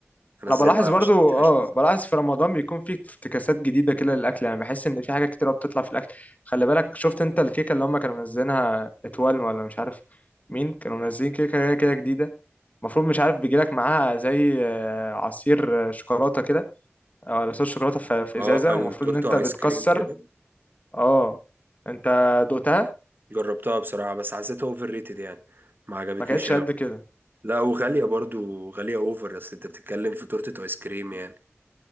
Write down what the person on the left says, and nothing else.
أنا
بلاحظ
برضو
اه
بلاحظ في رمضان بيكون في افتكاسات جديدة كده للأكل يعني بحس إن في حاجة كتيرة بتطلع في الأكل خلي بالك شفت أنت الكيكة اللي هما كانوا منزلينها اتوال ولا مش عارف مين كانوا منزلين كيكة هي كده جديدة المفروض مش عارف بيجيلك معاها زي آه، عصير آه، شوكولاتة كده أو صوص شوكولاتة في في
إزازة
والمفروض إن أنت بتكسر
اه أنت دقتها؟
ما كانتش
قد كده